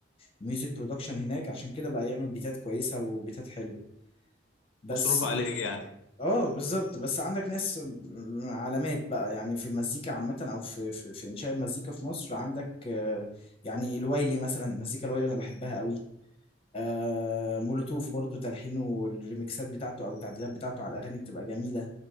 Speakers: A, on the left; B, on the left.
A: ميوزك برودكشن هناك عشان كده بقى يعمل بيتات كويسة وبيتات حلوة بس
B: مصروف عليه يعني
A: اه بالظبط بس عندك ناس علامات بقى يعني في المزيكا عامة او في في, في انشاء المزيكا في مصر عندك آه، يعني الوايلي مثلا المزيكا الوايلي انا بحبها قوي آه، مولوتوف برضو تلحينه والريميكسات بتاعته او التعديلات بتاعته على الاغاني بتبقى جميلة